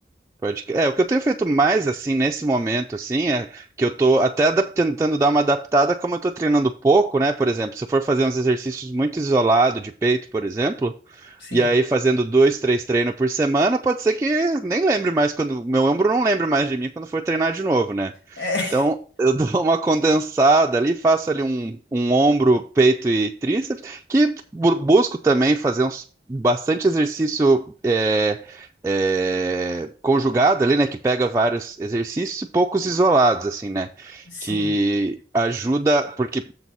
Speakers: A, on the right; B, on the left.
A: Pode... crer. É, o que eu tenho feito mais, assim, nesse momento, assim, é que eu tô até adap- tentando dar uma adaptada, como eu tô treinando pouco, né? Por exemplo, se eu for fazer uns exercícios muito isolado de peito, por exemplo,
B: Sim.
A: e aí fazendo dois, três treinos por semana, pode ser que nem lembre mais quando... Meu ombro não lembre mais de mim quando for treinar de novo, né?
B: É,
A: Então, eu <laughs> dou uma condensada ali, faço ali um, um ombro, peito e tríceps, que bu- busco também fazer uns, bastante exercício é, é, conjugado ali, né? Que pega vários exercícios e poucos isolados, assim, né?
B: <laughs> sim,
A: Que ajuda, porque